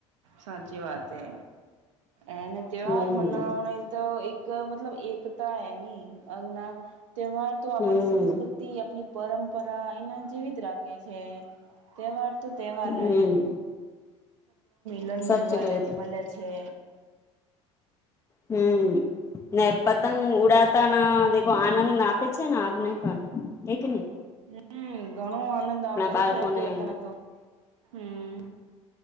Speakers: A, on the right; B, on the left.
A: સાચી વાત એ. એને ત્યોહાર
B: હમ
A: મનાવાણ તો એક મતલબ એકકતા એ નહીં. અ તહેવાર તો આપણી
B: હમ
A: સંસ્કૃતિ, આપણી પરંપરા એના જેવીિત રાખે છે. તહેવાર તો તહેવાર.
B: હમ
A: મિલન
B: સાચું
A: બલે
B: કહ્યું ત
A: બલે છે.
B: હમ! ને પતંગ ઉડાતા ના દે આનંદ આપે છે ને? આપને પણ. હે કે નહી?
A: હમ ઘણું આનંદ આવતું
B: બાળકોને
A: છે કે તને તો હમ